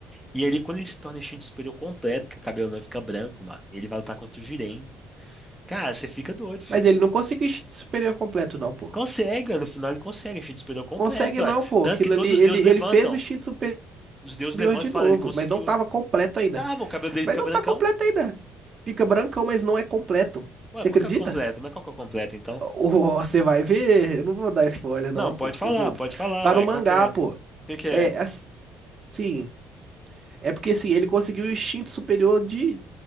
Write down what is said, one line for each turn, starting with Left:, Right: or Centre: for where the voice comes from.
Centre: e ele, quando ele se torna instinto superior completo, que o cabelo não fica branco, mano, e ele vai lutar contra o Jiren. Cara, você fica doido, filho.
Right: Mas ele não conseguiu o instinto superior completo, não, pô.
Centre: Consegue, mano. No final ele consegue, instinto superior completo,
Right: Consegue
Centre: olha.
Right: não, pô.
Centre: Tanto
Right: Aquilo
Centre: que todos
Right: ali, ele,
Centre: os deuses
Right: ele
Centre: levantam.
Right: fez o instinto superior
Centre: Os deuses levantam
Right: de
Centre: e falam,
Right: novo,
Centre: ele conseguiu.
Right: mas não tava completo ainda.
Centre: Tava, o cabelo dele
Right: Mas
Centre: fica
Right: não
Centre: brancão.
Right: tá completo ainda. Fica brancão, mas não é completo.
Centre: Ué,
Right: Você
Centre: qual
Right: acredita?
Centre: que é o completo? Mas qual que é o completo, então?
Right: Ô, Você vai ver. Eu não vou dar spoiler, não,
Centre: Não, pode
Right: pô. Você
Centre: falar,
Right: é doido.
Centre: pode falar,
Right: Tá
Centre: ué.
Right: no mangá,
Centre: Qual que é?
Right: pô.
Centre: O que que é?
Right: É assim. É porque assim, ele conseguiu o instinto superior de